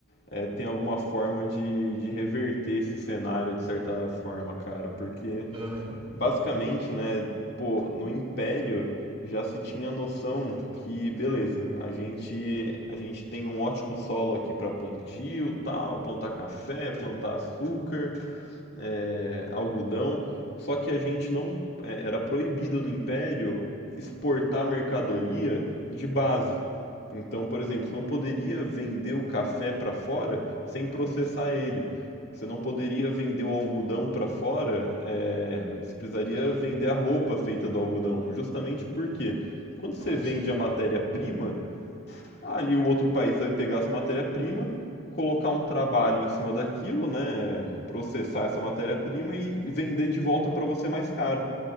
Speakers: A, on the left; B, on the right.
A: é, tem alguma forma de, de reverter esse cenário de certa forma, cara, porque
B: Aham.
A: Basicamente, né, pô, no Império já se tinha a noção que, beleza, a gente a gente tem um ótimo solo aqui para plantio, tal, plantar café, plantar açúcar, é, algodão, só que a gente não é, era proibido no Império exportar mercadoria de base. Então, por exemplo, você não poderia vender o café para fora sem processar ele. Você não poderia vender o algodão para fora, é, você precisaria
B: Sim.
A: vender a roupa feita do algodão. Justamente porque quando você
B: Ah,
A: vende
B: sim.
A: a matéria-prima, Ali o outro país vai pegar essa matéria-prima, colocar um trabalho em cima daquilo, né? Processar essa matéria-prima e vender de volta para você mais caro.